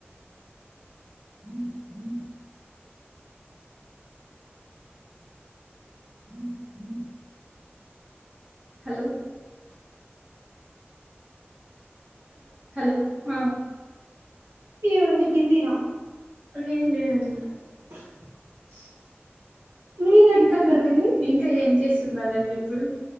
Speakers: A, on the right; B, on the right.
A: <unintelligible> <unintelligible>
B: హలో హలో ఆ
A: ఏవండీ బిజీనా
B: ఏం లేదండి
A: <unintelligible> మీరేం
B: ఇంకా
A: తిన్నారండి
B: మీకు ఇంకా ఏం చేస్ స్తున్నారండి ఇప్పుడు